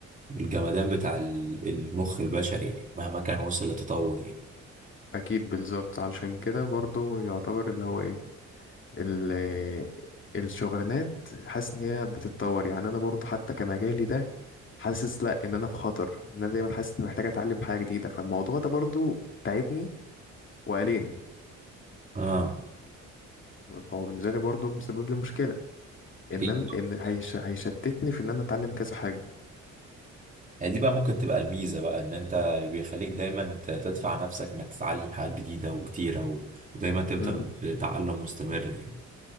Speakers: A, on the right; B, on the left.
A: بالجمدان بتاع ال- المخ البشري يعني مهما كان وصل لتطور يعني
B: أكيد بالظبط علشان كده برضه يعتبر اللي هو إيه ال- الشغلانات حاسس ان هي بتتطور يعني انا برضو حتى كمجالي ده حاسس لا ان انا في خطر ان انا دايما حاسس اني محتاج اتعلم حاجه جديده فالموضوع ده برضو تعبني وقلقني
A: اه
B: فهو بالنسبه لي برضو مسبب لي مشكله ان
A: اكيد
B: أنا- ان هيش هيشتتني في ان انا اتعلم كذا حاجه
A: هي دي بقى ممكن تبقى الميزة بقى ان انت بيخليك دايما ت- تدفع نفسك انك تتعلم حاجات جديدة وكتيرة و... ودايما تفضل
B: مم.
A: في تعلم مستمر يعني